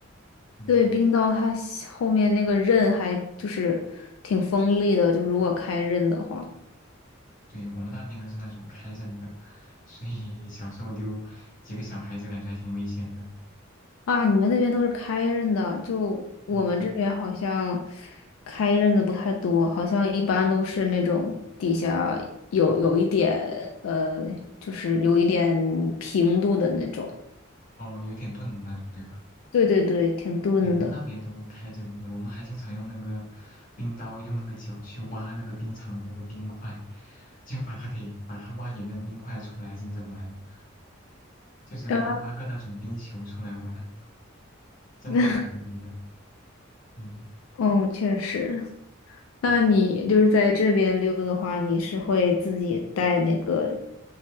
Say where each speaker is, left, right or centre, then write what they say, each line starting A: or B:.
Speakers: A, on the left; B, on the left.
A: 嗯，
B: 对，冰刀它下后面那个刃还就是挺锋利的，就如果开刃的话
A: 对，我们那边都是那种开刃的，所以小时候溜几个小孩子感觉还挺危险的。
B: 啊，你们那边都是开刃的，就我们这边好像
A: 嗯，
B: 开刃的不太多，好像一般都是那种底下有有一点呃，就是有一点平度的那种。
A: 哦，有点钝的那种，对吧？
B: 对对对，挺钝的。
A: 我们那边都开着呢我们还经常用那个冰刀，用那个脚去挖那个冰场的那个冰块，就把它给把它挖点那个冰块出来蒸着玩，就是挖挖个那种冰球出来玩，
B: 啊，
A: 真的挺锋利的。
B: <laughs>
A: 嗯
B: 哦，确实。那你就是在这边溜的话，
A: 嗯
B: 你是会自己带那个